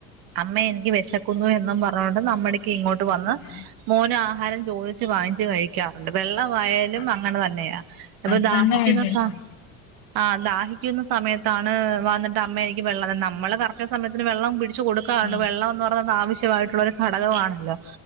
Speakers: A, on the right (about 60°); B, on the left (about 75°).
A: അമ്മേ എനിക്ക് വിശക്കുന്നു എന്നും പറഞ്ഞോണ്ട് നമ്മട്ക്ക്
B: ഈ
A: ഇങ്ങോട്ട്
B: ഇത്
A: വന്ന്
B: വേണം.
A: മോന് ആഹാരം ചോദിച്ചു വാങ്ങിച്ച് കഴിക്കാം ണ്ട് വെള്ളവായാലും
B: അത്
A: അങ്ങനെ തന്നെയാ ഇപ്പൊ
B: അത്
A: ദാഹിക്കുന്ന
B: തന്നെ വേണ്ട ഒരു
A: സ
B: ഭാഗ്യം
A: ആഹ് ദാഹിക്ന്ന സമയത്താണ് വന്നിട്ട് അമ്മേ എനിക്ക് വെള്ളം, നമ്മള് കറക്റ്റ് സമയത്തിന് വെള്ളം പിടിക്ക ച്ചു കൊടുക്കാറുണ്ട്
B: ആ,
A: വെള്ളംഎന്ന് പറഞ്ഞ ആവശ്യമായിട്ടുള്ള ഒരു ഘടകമാണല്ലോ,